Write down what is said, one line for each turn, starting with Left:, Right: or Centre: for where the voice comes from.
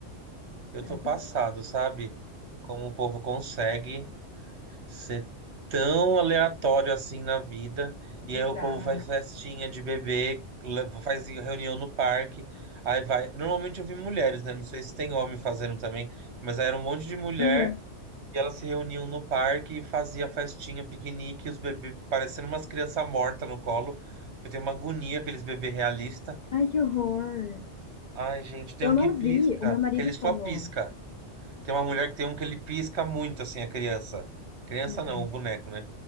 Right: Eu
Left: Não
Right: tô
Left: é
Right: passado,
Left: possível.
Right: sabe? Como o povo consegue. ser tão aleatório assim na vida.
Left: Bizarro.
Right: E aí o povo faz festinha de bebê, le- faz reunião no parque. Aí vai. Normalmente eu vi mulheres, né? Não sei se tem homem fazendo também, mas aí era um monte de mulher.
Left: Aham.
Right: E elas se reuniam no parque e fazia festinha, piquenique, os bebês parecendo umas crianças mortas no colo. Eu tenho uma agonia aqueles bebês realistas.
Left: Ai, que horror.
Right: Ai, gente, tem
Left: Eu
Right: um
Left: não
Right: que pisca,
Left: vi, o meu marido
Right: que ele
Left: falou.
Right: só pisca. Tem uma mulher que tem um que ele pisca muito, assim, a criança. Criança
Left: Meu
Right: não,
Left: Deus.
Right: o boneco, né?